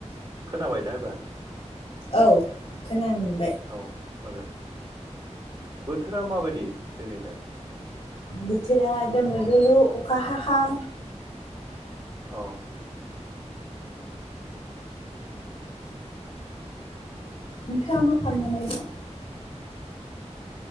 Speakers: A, on the right; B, on the left.
A: खोनाबायना एबार?
B: औ खोनामोन
A: औ मोजां बोथोरा माबायदि दिनैलाय?
B: बोथोरा दोमैलुलु अखा हाहां
A: अ
B: नोंथाङा मा खालामनानै दं?